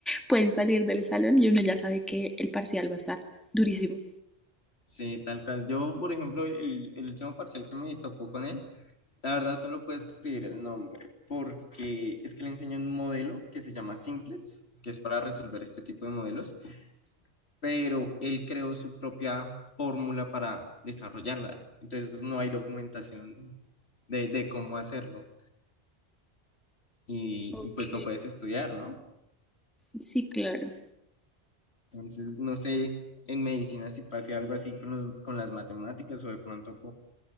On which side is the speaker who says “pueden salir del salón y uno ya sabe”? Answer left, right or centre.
Centre